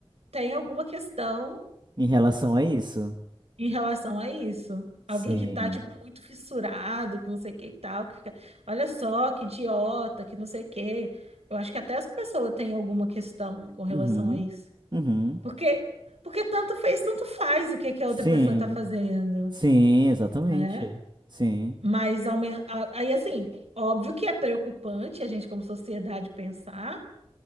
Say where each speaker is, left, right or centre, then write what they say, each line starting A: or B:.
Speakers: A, on the right; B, on the right.
A: tem alguma questão
B: em relação a isso.
A: em relação a isso.
B: Sim.
A: Alguém que tá, tipo, muito fissurado, que não sei o que e tal, que fica, olha só, que idiota, que não sei o que. Eu acho que até essa pessoa tem alguma questão com relação
B: Uhum.
A: a isso.
B: Uhum.
A: Porque, porque tanto fez, tanto faz o que que a
B: Sim.
A: outra pessoa está fazendo,
B: Sim, exatamente.
A: né?
B: Sim.
A: Mas ao men- a- aí, assim, óbvio que é preocupante a gente, como sociedade, pensar